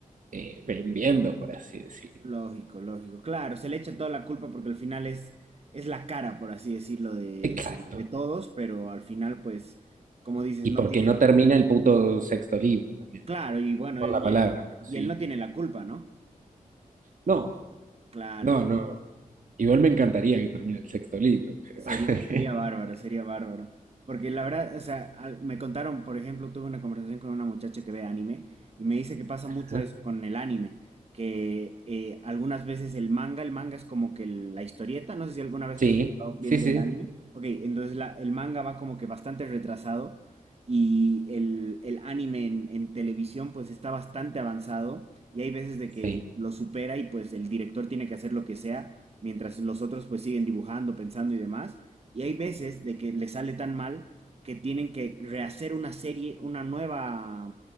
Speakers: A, on the right; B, on the right.
A: eh, vendiendo, por así decirlo.
B: Lógico, lógico. Claro, se le echa toda la culpa porque al final es, es la cara, por así decirlo, de,
A: Exacto.
B: de- todos, pero al final, pues, como dices,
A: Y
B: no
A: porque
B: tiene.
A: no termina el puto sexto libro también,
B: Claro, y bueno,
A: por
B: y,
A: la palabra, pero
B: y
A: sí.
B: él no tiene la culpa, ¿no?
A: No,
B: Claro,
A: no, no. Igual me encantaría que termine el sexto libro, pero...
B: Sería, sería
A: <laughs>
B: bárbaro, sería bárbaro. Porque la verdad, o sea, al- me contaron, por ejemplo, tuve una conversación con una muchacha que ve anime y me dice que pasa
A: Ajá.
B: mucho eso con el anime, que eh, algunas veces el manga, el manga es como que la historieta, no sé si alguna vez
A: Sí,
B: has escuchado bien
A: sí,
B: del
A: sí,
B: anime. Ok, entonces la- el manga va como que bastante retrasado y el, el anime en, en televisión pues está bastante avanzado y hay veces de
A: sí,
B: que lo supera y pues el director tiene que hacer lo que sea mientras los otros pues siguen dibujando, pensando y demás. Y hay veces de que les sale tan mal que tienen que rehacer una serie, una nueva,